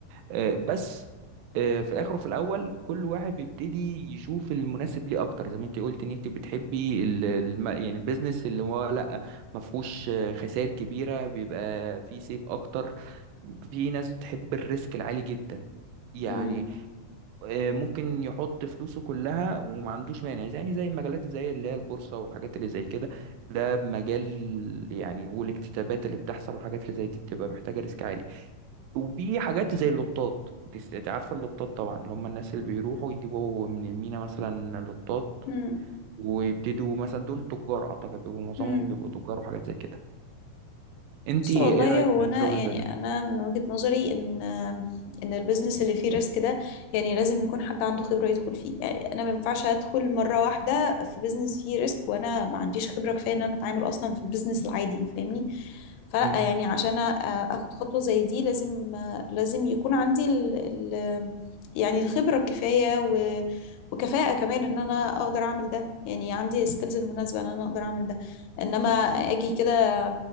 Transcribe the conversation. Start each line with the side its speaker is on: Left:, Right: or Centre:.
Right: آه، بس آه، في الاخر وفي الاول كل واحد بيبتدي يشوف المناسب ليه اكتر زي ما انت قلت ان انت بتحبي ال- الم- يعني البيزنس اللي هو لا ما فيهوش آه، خسائر كبيره بيبقى فيه سيف اكتر في ناس بتحب الريسك العالي جدا يعني
Left: مم.
Right: آه، ممكن يحط فلوسه كلها وما عندوش مانع يعني زي المجالات زي اللي هي البورصة والحاجات اللي زي كده ده مجال يعني والاكتتابات اللي بتحصل والحاجات اللي زي دي بتبقى محتاجة ريسك عالي وفي حاجات زي اللوتات انت س- انت عارفة اللوتات طبعا اللي هم الناس اللي بيروحوا يجيبوا من المينا مثلا لوتات
Left: مم.
Right: ويبتدوا مثلا دول تجار اعتقد بيبقوا معظمهم
Left: مم.
Right: بيبقوا تجار وحاجات زي كده انت
Left: بص
Right: ايه
Left: والله
Right: رأيك
Left: هو
Right: في الشغل
Left: انا يعني
Right: زي ده؟
Left: انا من وجهة نظري ان ان البيزنس اللي فيه ريسك ده يعني لازم يكون حد عنده خبرة يدخل فيه يعني انا ما ينفعش ادخل مرة واحدة في بيزنس فيه ريسك وانا ما عنديش خبرة كفاية ان انا اتعامل اصلا في البيزنس العادي فاهمني فلا
Right: مم.
Left: يعني عشان أ- اخد خطوة زي دي لازم لازم يكون عندي ال ال يعني الخبرة الكفاية و وكفاءة كمان ان انا اقدر اعمل ده يعني عندي سكيلز المناسبة ان انا اقدر اعمل ده انما اجي كده